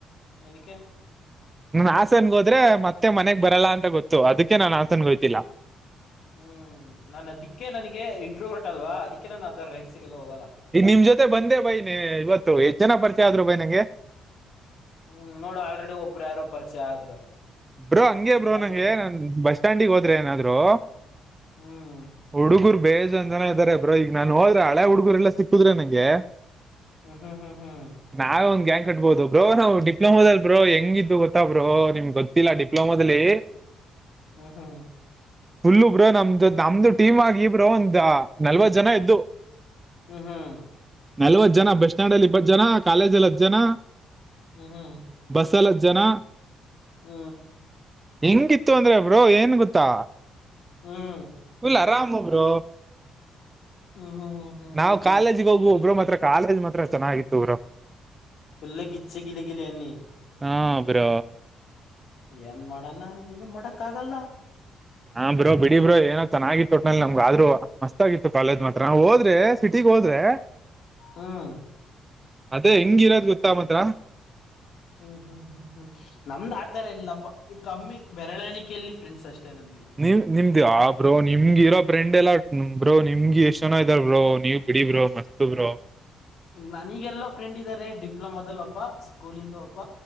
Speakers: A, on the left; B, on the right.
A: ಎನಕ್ಕೆ
B: ನನ್ ಹಾಸನ್ ಗ್ರೂಪ್ ಗೆ ಹೋದ್ರೆ ಮತ್ತೆ ಮನೆಗ್ ಬರಲ್ಲಾ ಅಂತ ಗೊತ್ತು ಅದಕ್ಕೆ ನಾನ್ ಹಾಸನ್ ಒಯ್ತಿಲ್ಲ.
A: ಹ್ಮ್ ನಾನು ಅದಿಕ್ಕೆ ನನಗೆ ಇಂಟ್ರವೋರ್ಟ್ ಅಲ್ವ್ ಅದಕ್ಕೆ ನಾನು ಆಥರ ರೈಡ್ಸ್ ಗೆಲ್ಲ ಹೋಗಲ್ಲ.
B: ಈಗ್ ನಿಮ್ ಜೊತೆ ಬಂದೆ ಬೈ ಇವತ್ತು ಎಸ್ಟ್ ಜನ ಪರಿಚಯ ಆದ್ರು ಬೈ ನಂಗೆ
A: ಹ್ಮ್ ನೋಡು ಆಲ್ರೆಡಿ ಒಬ್ರು ಯಾರೊ ಪರಿಚಯ ಆದ್ರು.
B: ಬ್ರೋ ಹಂಗೆ
A: ಹ್ಮ್,
B: ಬ್ರೋ
A: ಅದು
B: ನಂಗೆ ನಾನ್ ಬಸ್ ಸ್ಟ್ಯಾಂಡಿಗೆ ಹೋದ್ರೆ ಏನಾದ್ರು.
A: ಹ್ಮ್
B: ಹುಡುಗುರು ಬೇಜಾನ್ ಜನ ಇದಾರೆ ಬ್ರೋ ಈಗ ನಾನ್ ಹೋದ್ರೆ ಹಳೆ ಹುಡಗುರ್ ಎಲ್ಲ ಸಿಕ್ಕುದ್ರೆ ನಂಗೆ
A: ಹ್ಮ ಹ್ಮ್ ಹ್ಮ್ ಹ್ಮ್
B: ನಾವ್ ಒಂದ್ ಗ್ಯಾಂಗ್ ಕಟ್ಬೋದು ಬ್ರೋ ನಾವು ಡಿಪ್ಲೊಮೊದ್ಲಲಿ ಬ್ರೋ ಹೆಂಗಿದ್ವಿ ಗೊತ್ತ ಬ್ರೋ ನಿಮ್ಗೆ ಗೊತ್ತ ಗೊತ್ತಿಲ್ಲ ಡಿಪ್ಲೋಮಾದಲ್ಲಿ
A: ಹಾ ಹಾ
B: ಫುಲ್ ಬ್ರೋ ನಮ್ದ ನಮ್ದು ಟೀಮ್ ಆಗಿ ಬ್ರೊ ಒಂದ ನಲ್ವತ್ ಜನ ಇದ್ದು.
A: ಹ್ಮ್ ಹ್ಮ್
B: ನಲ್ವತ್ ಜನ ಬಸ್ ಸ್ಟ್ಯಾಂಡ್ ಅಲ್ಲಿ ಇಪ್ಪತ್ತು ಜನ ಕಾಲೇಜಲ್ಲಿ ಹತ್ತು್ ಜನ.
A: ಹ್ಮ್ ಹ್ಮ
B: ಬಸ್ಸಲ್ ಹತ್ತ ಜನ
A: ಹ್ಮ
B: ಹಿಂಗಿತ್ತು ಅಂದ್ರೆ ಬ್ರೋ ಏನ್ ಗೊತ್ತಾ
A: ಹ್ಮ್
B: ಫುಲ್ ಆರಾಮು ಬ್ರೋ
A: ಹ್ಮ್ ಹ್ಮ್ ಹ್ಮ್
B: ನಾವು ಕಾಲೇಜ್ಗೆ ಹೋಗುವ ಒಬ್ಬರು ಮಾತ್ರ ಕಾಲೇಜ್ ಮಾತ್ರ ಚೆನ್ನಾಗಿತ್ತು ಬ್ರೋ.
A: ಎಲ್ಲ ಗಿಚ್ಚ್ ಗಿಲಿಗಿಲಿ ಅನ್ನಿ.
B: ಹ್ಮ್ ಬ್ರೊ
A: ಏನ್ ಮಾಡಣ ಏನು ಮಾಡಕ್ ಆಗಲ್ಲ.
B: ಹಾ ಬ್ರೋ ಬಿಡಿ ಬ್ರೋ ಏನೋ ಚೆನ್ನಾಗಿತ್ತು ಒಟ್ನಲ್ಲಿ ನಮ್ಗ ಆದ್ರೂ ಮಸ್ತ್ ಆಗಿತ್ತು ಕಾಲೇಜ್ ಮಾತ್ರ ನಾ ಹೋದ್ರೆ ಸಿಟಿಗ್ ಹೋದ್ರೆ
A: ಹ್ಮ್
B: ಅದೇ ಹೆಂಗಿರೋದ್ ಗೊತ್ತಾ ಮಾತ್ರ.
A: ಹ್ಮ್ ಹ್ಮ್ ಹ್ಮ್ ಹ್ಮ್ ನಮ್ದ್ ಆ ತರ ಇಲ್ಲಪ್ಪ ಕಮ್ಮಿ ಬೆರಳೆಣಿಕೆಯಲ್ಲಿ ಫ್ರೆಂಡ್ಸ್ ಅಷ್ಟೇ ನಮಗೆ.
B: ನೀವು ನಿಮ್ದು ಆ ಬ್ರೋ ನಿಮ್ಗೆ ಇರೋ ಫ್ರೆಂಡ್ ಎಲ್ಲ ಬ್ರೋ ನಿಮ್ಗೆ ಎಷ್ಟು ಜನ ಇದ್ದಾರೆ ಬ್ರೋ ನೀವು ಬಿಡಿ ಬ್ರೋ ಮಸ್ತ್. <unintelligible>
A: ನನೀಗೆಲ್ಲೊ ಫ್ರೆಂಡ್ ಇದ್ದಾರೆ ಡಿಪ್ಲೊಮಾದಲ್ಲಿ ಒಬ್ಬ ಸ್ಕೂಲಿಂದ ಒಬ್ಬ